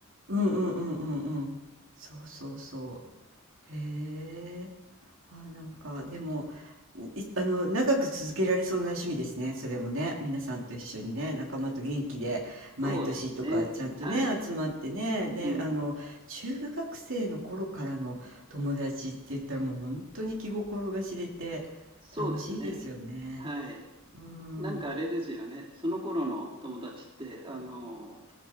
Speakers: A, on the right; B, on the right.
A: うんうんうんうんうん。そうそうそう。へえ。ああ、なんか、でも、いあの、長く続けられそうな趣味ですね、それもね。皆さんと一緒にね、仲間と元気で、毎年とか、
B: そうですね。
A: ちゃんとね、
B: はい。
A: 集まってね。で、
B: うん。
A: あの、中学生の頃からの友達って言ったら、もう本当に気心が知れて、
B: そうですね。
A: 楽しいですよね。
B: はい。
A: うん。
B: なんかあれですよね。その頃の友達って、あの、